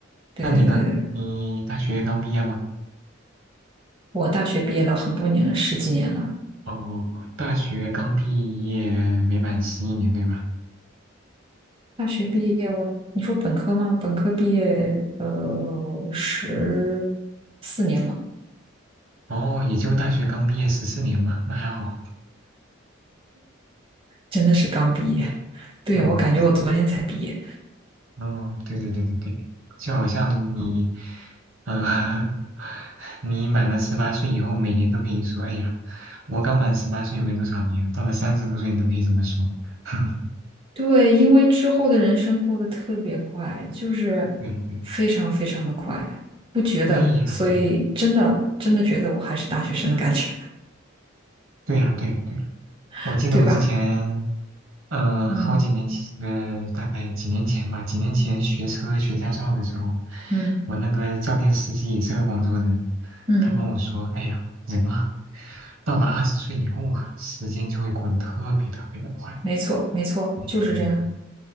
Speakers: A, on the right; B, on the right.
A: 对对对对，
B: 那你呢？你大学刚毕业吗？
A: 我大学毕业了很多年了，十几年了。
B: 哦，大学刚毕业没满十一年，对吧？
A: 大学毕业我，你说本科吗？本科毕业，呃，十四年了。
B: 哦，也就大学刚毕业十四年嘛，那还好。
A: 真的是刚毕业。对啊，
B: 嗯，
A: 我感觉我昨天才毕业。
B: 哦，对对对对对，就好像你，嗯、<laughs> 你满了十八岁以后，每年都可以说，哎呀，我刚满十八岁没多少年，到了三十多岁你都可以这么说。<laughs>
A: 对，因为之后的人生过得特别快，就是
B: 对对
A: 非常非常的快，不觉得，
B: 对呀，
A: 所以真的真的觉得我还是大学生的感觉，
B: 对对呀，对呀，对呀。
A: <laughs>
B: 我记得我之前
A: 对吧？
B: 嗯，
A: 嗯
B: 好几年前，呃，大概几年前吧，几年前学车学驾照的时候，
A: 嗯
B: 我那个教练司机也是个广州人，
A: 嗯，
B: 他跟我说：“哎呀，人啊，到了二十岁以后啊，时间就会过得特别特别的快。”
A: 没错没错，
B: 嗯
A: 就是这样。